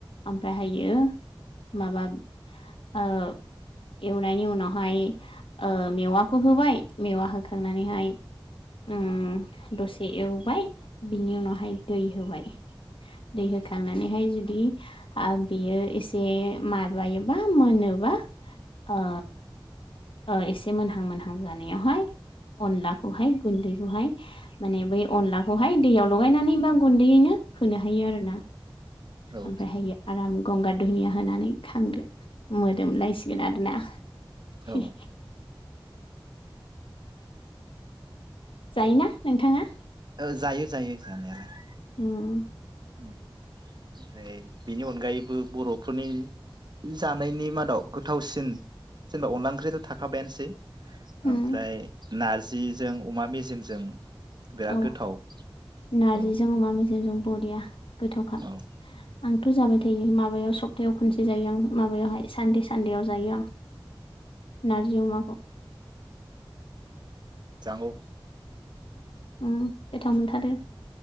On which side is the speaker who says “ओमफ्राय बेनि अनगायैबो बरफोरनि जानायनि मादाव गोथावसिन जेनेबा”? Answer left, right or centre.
Right